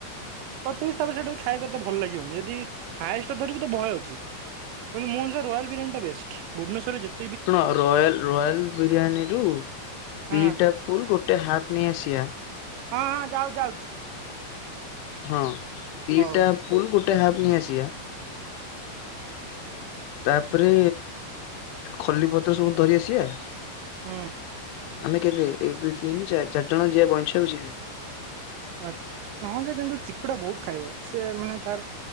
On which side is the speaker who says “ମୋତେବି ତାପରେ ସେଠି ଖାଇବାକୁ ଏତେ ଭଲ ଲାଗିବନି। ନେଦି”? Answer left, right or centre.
Right